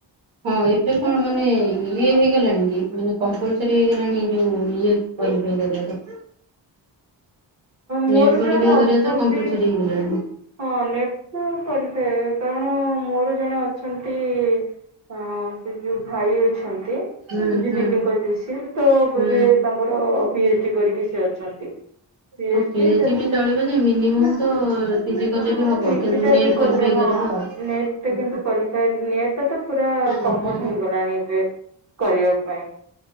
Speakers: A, on the right; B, on the right.
A: ହଁ ଏବେ କଣ ମାନେ? ଇଏ ହେଇଗଲାଣି କି, ମାନେ କମ୍ପଲସରି ହେଇଗଲାଣି ଯୋଉ ଇଏ ବହି ପାଇଁ ଯେହେତୁ?
B: ମୋର
A: ନେଟ <unintelligible>
B: ଜଣେ ଅଛନ୍ତି
A: କମ୍ପାଲସରି ହେଇଗଲାଣି।
B: ହଁ, ନେଟ ତ କରିଥାଏ କାରଣ ମୋର ଜଣେ ଅଛନ୍ତି। ଅ ସେ ଯୋଉ ଭାଇ ଅଛନ୍ତି,
A: ହୁଁ
B: ଯୋଉ
A: ହୁଁ
B: ଦିଦିଙ୍କ ଜ ତ
A: ହୁଁ।
B: ବୋଧେ ତାଙ୍କ? ତାଙ୍କର ପିଏଚ ଡି କରିକି ସେ ଅଛନ୍ତି ପି
A: ହଁ
B: ଏଚ
A: ପି ଏଚ୍
B: ତାପ
A: ଡି ବି
B: ରେ?
A: ଚଳିବ ମିନିମମ୍ ତ? ପିଜି କଲେ
B: ହଁ
A: ବି ହବ
B: ପିଜି
A: କିନ୍ତୁ
B: ଟା
A: ନେଟ୍
B: ବି କଲେ
A: କ୍ୱାଲିଫାଇ
B: ହଁ
A: କରିବ ଆଉ।
B: ନେଟ
A: ହୁଁ
B: କିୁ କଲିଥାଏ ନେଟ୍ ତ-? - ପୁରା
A: ହୁଁ
B: କମନ
A: ହୁଁ
B: ହେଇଗଲାଣି ଏବେ, କରିବା ପାଇଁ।